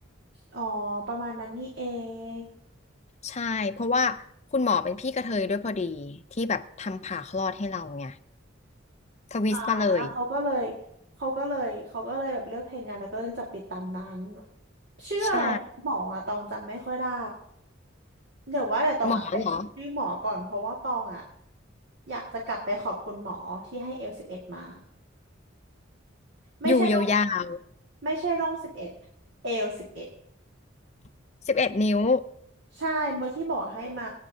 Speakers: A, on the right; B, on the left.
A: อ๋อประมาณนั้นนี่เอง
B: ใช่เพราะว่าคุณหมอเป็นพี่กระเทยด้วยพอดีที่แบบทำผ่าคลอดให้เราไงทวิสต์มาเลย
A: อ่าเขาก็เลยเขาก็เลยเขาก็เลยแบบเลือกเพลงงานแล้วก็เลือกจับปิดตามนั้นชื่ออะไรหมออะตองจำไม่ค่อยได้
B: ใช่
A: เดี๋ยวว่าเดี๋ยวตองอะไปหาชื่อหมอก่อนเพราะว่าตองอ่ะ
B: หมอเหรอ
A: อยากจะกลับไปขอบคุณหมอที่ให้เอลสิบเอ็ดมา ไม่ใช่ร่อง
B: อยู่ยาว
A: ไม่ใช่ร่องสิบเอ็ดเอวสิบเอ็ด
B: ๆสิบเอ็ดนิ้ว
A: ใช่เมื่อที่หมอให้มา